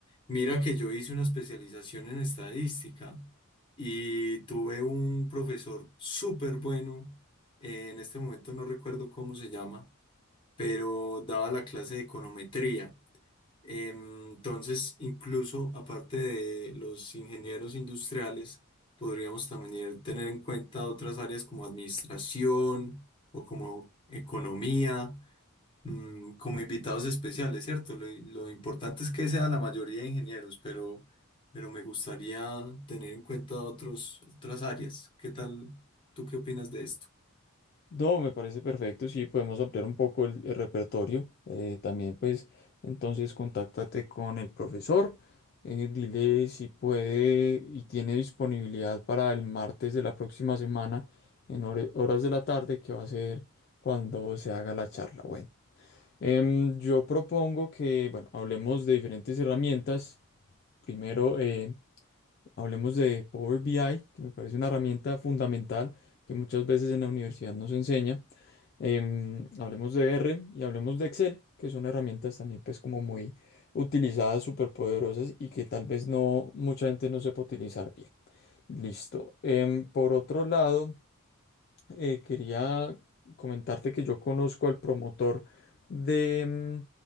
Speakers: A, on the left; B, on the left.
A: Mira que yo hice una especialización en estadística. Y tuve un profesor súper bueno, eh, en este momento no recuerdo cómo se llama, pero daba la clase de econometría. Em, Entonces, incluso aparte de los ingenieros industriales, podríamos también tener en cuenta otras áreas como administración o como economía mm, como invitados especiales, ¿cierto? Lo, lo importante es que sea la mayoría de ingenieros, pero, pero me gustaría tener en cuenta otros, otras áreas. ¿Qué tal? ¿Tú qué opinas de esto?
B: No, me parece perfecto. Sí, podemos ampliar un poco el, el repertorio. Eh, también, pues, entonces, contáctate con el profesor. eh, dile si puede y tiene disponibilidad para el martes de la próxima semana en hora- horas de la tarde, que va a ser cuando se haga la charla. Bueno, Em, yo propongo que, bueno, hablemos de diferentes herramientas. Primero, eh, hablemos de Power BI, que me parece una herramienta fundamental que muchas veces en la universidad nos enseña. Em, hablemos de R y hablemos de Excel, que son herramientas también pues como muy utilizadas, súper poderosas y que tal vez no mucha gente no sepa utilizar bien. Listo. Em, por otro lado eh, quería comentarte que yo conozco al promotor de